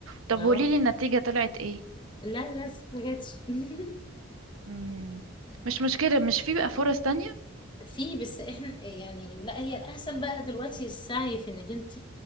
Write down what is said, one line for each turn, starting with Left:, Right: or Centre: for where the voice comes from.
Right: طب
Left: اه
Right: قوليلي النتيجة طلعت ايه
Left: لا لا ما جاتش <laughs>
Right: مم. مش مشكلة مش في بقى فرص تانية
Left: في بس احنا يعني لا هي الاحسن بقى دلوقتي السعي في انك انت